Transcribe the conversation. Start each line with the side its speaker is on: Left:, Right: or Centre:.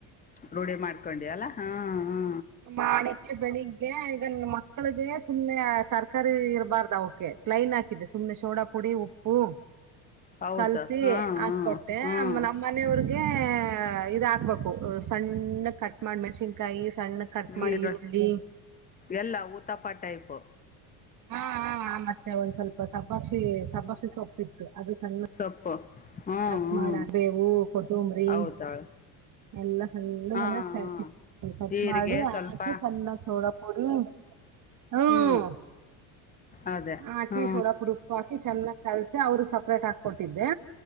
Left: ರೂಢಿ ಮಾಡ್ಕೊಂಡಿ ಅಲ್ಲಾ ಹಾ ಹ
Right: ಮಾಡಿಗೆ ಬೆಳಿಗ್ಗೆ ಈಗ ಮ ಮಕ್ಕಳಿಗೆ ಸುಮ್ನೆ ತರಕಾರಿ ಇರಬಾರ್ದು ಅವಕ ಪ್ಲೈನ್ ಹಾಕಿದೆ ಸುಮ್ನೆ ಸೋಡಾ ಪುಡಿ ಉಪ್ಪು
Left: ಹೌದು
Right: ಕಲ್ಸಿ
Left: ಹಾಂ
Right: ಹಾಕ್ಕೊಟ್ಟೆ
Left: ಹಾಂ ಹಾಂ
Right: ನಮ್ಮನೆಯವ್ರಿಗೆ ಹಾಕ್ಬೇಕು ಸಣ್ಣ ಕಟ್ ಮಾಡಿ ಮೆಣಸಿನ್ಕಾಯಿ ಸಣ್ಣ ಕಟ್
Left: ನೀರು
Right: ಮಾಡಿ ಈರುಳ್ಳಿ
Left: ಎಲ್ಲ ಊತಪ್ಪ ಟೈಪ್
Right: ಹ ಮತ್ತೆ ಒಂದ್ ಸ್ವಲ್ಪ ಸಬ್ಬಾಕ್ಷಿ ಸಬ್ಬಾಕ್ಷಿ ಸೊಪ್ಪಿತ್ತು ಅದು ಸಣ್ಣ
Left: ಸೊಪ್ಪು ಹ್ಞೂ
Right: ಕಟ್
Left: ಹ್ಞೂ
Right: ಮಾಡ ಬೇವು ಕೊತ್ತಂಬ್ರಿ
Left: ಹೌದಳು
Right: ಎಲ್ಲ ಸಣ್ಣಗ
Left: ಹಾಂ ಹಾಂ
Right: ಚಿ ಕಟ್
Left: ಜೀರಿಗೆ
Right: ಮಾಡಿ ಹಾಕಿ
Left: ಸ್ವಲ್ಪ
Right: ಚೆನ್ನ ಸೋಳ ಕುಡಿ ಹ್ಮ
Left: ಹ್ಞೂ ಅದೇ
Right: ಆಟಿ
Left: ಹ್ಞೂ
Right: ೋಡ ಪ್ರಕ ಆಕಿ ಚಂದನ್ನ ಕಲ್ಸ ಅವರು ಸಪ್ರೇಟ್ ಹಾಕಕೊಟ್ಟಿದ್ದೆ